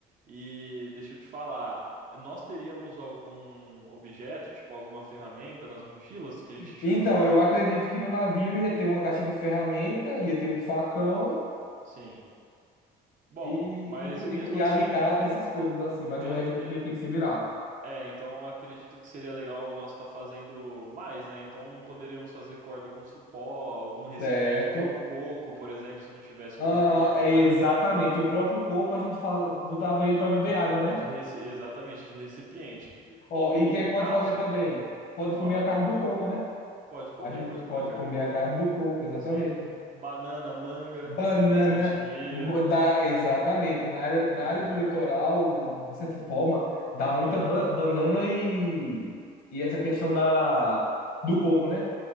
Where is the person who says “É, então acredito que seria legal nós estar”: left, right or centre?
Right